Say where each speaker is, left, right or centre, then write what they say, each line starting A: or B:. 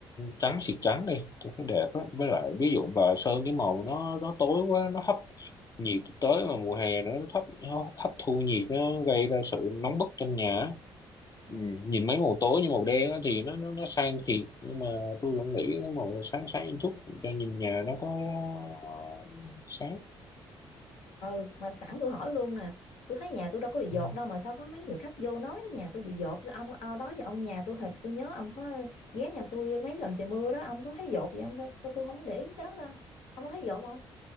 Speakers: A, on the left (about 35°); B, on the left (about 70°).
A: trắng xịt trắng đi tôi thấy đẹp á với lại ví dụ bà sơn cái màu nó nó tối quá nó hấp nhiệt tới mà mùa hè nữa nó thấp, nó hấp thu nhiệt nó gây ra sự nóng bức trong nhà á.
B: Ừ,
A: ừ. nhìn mấy màu tối như màu đen á thì nó nó nó sang thiệt nhưng mà tôi vẫn nghĩ cái màu sáng sáng chút cho nhìn nhà nó có ờ, sáng
B: ừ mà sẵn tôi hỏi luôn nè tôi thấy nhà tôi đâu có bị dột
A: ừ.
B: đâu mà sao có mấy người khách vô nói nhà tôi bị dột sao ông ao đó giờ ông nhà tôi hình tôi nhớ ông có ghé nhà tôi mấy lần trời mưa đó ông có thấy dột gì không sao sao tôi không để ý cái đó ta ông có thấy dột không